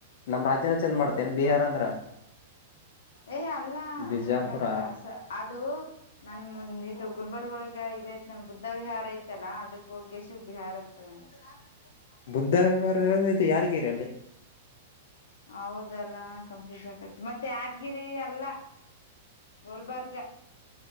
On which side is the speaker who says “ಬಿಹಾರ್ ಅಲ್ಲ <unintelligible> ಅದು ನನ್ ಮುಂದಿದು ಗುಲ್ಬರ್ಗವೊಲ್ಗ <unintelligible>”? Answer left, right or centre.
Left